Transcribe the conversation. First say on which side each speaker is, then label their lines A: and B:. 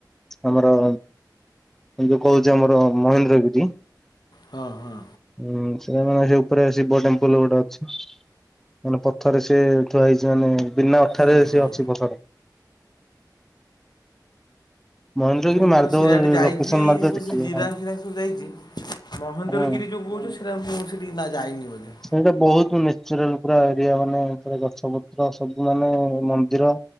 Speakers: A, in the centre; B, on the left.
A: ଆମର ଯୋଉ କହୁଛି ଆମର ମହେନ୍ଦ୍ରଗିରି।
B: ହଁ ହଁ
A: ହୁଁ ସେଟା ମେ ସେ ଉପରେ ଆସିବେମ୍ପଲ ଗୋଟେ ଅଛି। ମାନେ ପଥର ସିଏ ଥୁଆ ହେଇଛି ମାନେ ବିନା ଅଥାରେ
B: ହୁଁ ହୁଁ
A: ସେ ଅଛି ପଥର। ମହେନ୍ଦ୍ରଗିରି
B: ମୁଁ ମୋର
A: ମାରିଦବ
B: ସେଆଡ଼େ ଯାଇଛି
A: ଲୋକେସନ ମାରିଦବ
B: ସେ
A: ଦେଖିବ
B: ସେ ଜିରାଙ୍ଗ
A: ହଁ
B: ଫିରାଙ୍ଗ ସବୁ ଯାଇଛି। ମହେନ୍ଦ୍ରଗିରି
A: ହଁ।
B: ଯୋଉ କହୁଛ ସେଟା ମୁଁ ସେଠି ଯାଇନି ବୋଧେ।
A: ସେଇଟା ବହୁତ ନେଚୁରାଲ ପୁର ଏରିଆ ମାନେ ଗଛ ପତ୍ର ସବୁ ମାନେ ମନ୍ଦିର।